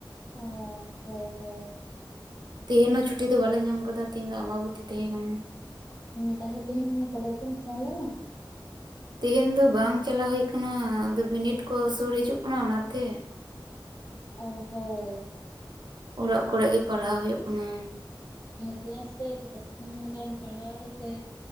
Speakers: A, on the left; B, on the right.
A: ᱚ ᱦᱚᱭ ᱦᱚᱭ
B: ᱛᱮᱦᱮᱧ ᱦᱚᱸ ᱪᱷᱩᱴᱤ ᱫᱚ ᱵᱟᱞᱮ ᱧᱟᱢ ᱟᱠᱟᱫᱟ ᱛᱮᱦᱤᱧ ᱫᱚ ᱟᱢᱵᱟᱵᱚᱛᱤ ᱛᱟᱦᱮᱸ ᱠᱟᱱᱟ᱾
A: ᱦᱮᱸ ᱛᱟᱦᱚᱞᱮ ᱛᱤᱦᱮᱧ ᱠᱚᱞᱮᱡᱽ ᱮᱢ ᱥᱮᱱ ᱞᱮᱱᱟ?
B: ᱛᱮᱦᱮᱧ ᱫᱚ ᱵᱟᱝ ᱪᱟᱞᱟᱣ ᱦᱩᱭ ᱟᱠᱟᱱᱟ ᱟᱫᱚ ᱵᱤᱱᱤᱰ ᱠᱚ ᱥᱩᱨ ᱦᱤᱡᱩᱜ ᱠᱟᱱᱟ ᱚᱱᱟ ᱛᱮ
A: ᱚ ᱦᱳᱭ
B: ᱚᱨᱟᱜ ᱠᱚᱨᱮ ᱜᱮ ᱯᱟᱨᱦᱟᱣ ᱦᱩᱭᱩᱜ ᱠᱟᱱᱟ᱾
A: ᱠᱞᱟᱥ ᱫᱚ ᱠᱞᱟᱥ ᱨᱩᱢ ᱨᱮᱢ ᱯᱟᱲᱦᱟᱜᱣᱟ ᱥᱮ